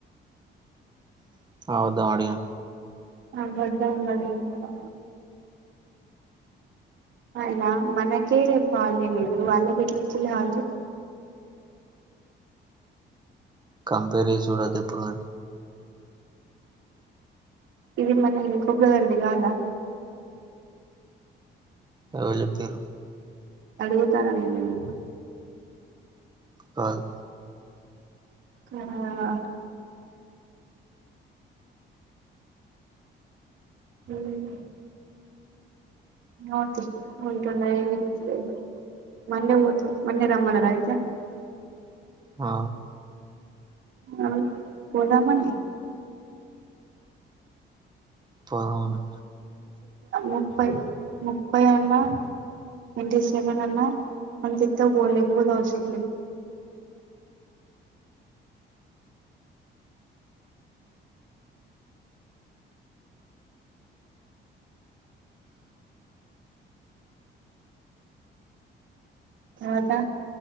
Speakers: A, on the right; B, on the right.
A: <unintelligible> అడిగా
B: <unintelligible> అడిగినావా అయినా మనకే రేపు హాలిడే లేదు వాళ్ళకి ఎట్లాచిల్లు హాలిడే
A: కంపేర్ చేసి చూడొద్దు ఎప్పుడు
B: ఇది మన కొప్పలదర్ది కాదా
A: ఎవరు చెప్పిళ్లు
B: అడుగుతాన నేను నిన్ను
A: కాదు
B: ఆ ఉమ్ ఉంటు <unintelligible> మొన్న ఊత మన్నె రమ్మన్నర అయితే
A: ఆ
B: అ పోదామని
A: పోదామనే
B: ముప్పై ముప్పై అన్న ట్వంటి సెవెన్ అన్నా అంత ఇత్తె పో లేదంటే అవసరమే లేదు అదా